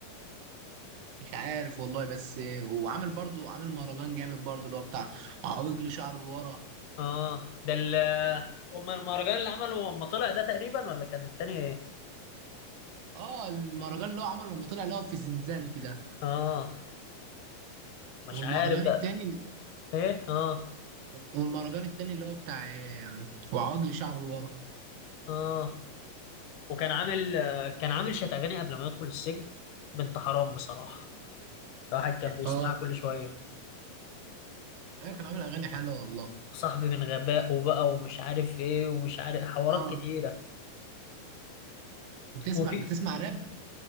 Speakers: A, on the right; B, on the left.
A: مش عارف والله بس وعامل برضو عامل مهرجان جامد برضو اللي هو بتاع عوجل شعره لورا
B: اه ده ال أم المهرجان اللي عمله أما طلع ده تقريبا ولا كان التاني إيه؟
A: اه المهرجان اللي هو عمله لما طلع اللي هو في زنزانتي ده
B: اه مش
A: والمهرجان
B: عارف بقى
A: التاني
B: إيه اه
A: والمهرجان التاني اللي هو بتاع آه، وعواجلي شعره لورا
B: اه وكان عامل آه، كان عامل شات أغاني قبل ما يدخل السجن بنت حرام بصراحة الواحد كان بيسمعها
A: اه
B: كل شوية
A: ايوه كان عامل اغاني حلوه والله
B: صاحبي من غبائه بقى ومش عارف إيه ومش عارف حوارات
A: اه
B: كتيرة
A: بتسمع
B: وفي
A: بتسمع راب